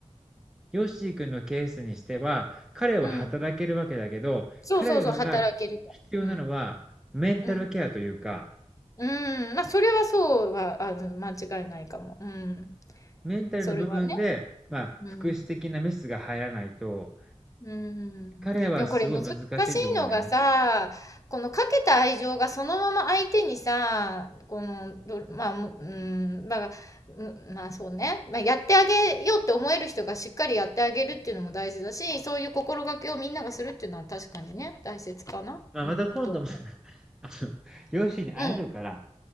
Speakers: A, in the centre; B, on the left.
A: ヨッシー君のケースにしては、彼は働けるわけだけど、
B: うん。そうそうそう、
A: 彼らが必要なのは、
B: 働けるから。うん、
A: メンタルケアというか、
B: うん。うーん、まあ、それはそうは、あの、間違いないかも。うん。
A: メンタルの部分で、
B: それはね。
A: まあ、
B: うん。
A: 福祉的なメスが入らないと、
B: うーん。
A: 彼はすごい難しいと思うんだよね。
B: でもこれ難しいのがさ、このかけた愛情がそのまま相手にさ、この、どまあ、むうん、まあ、うん、まあ、そうね。まあ、やってあげようって思える人がしっかりやってあげるっていうのも大事だし、そういう心がけをみんながするっていうのは確かにね、大切かな。
A: まあ、
B: うん、
A: また今度も
B: と思
A: <laughs> あの、ヨッシーに会えるから、
B: う。うん、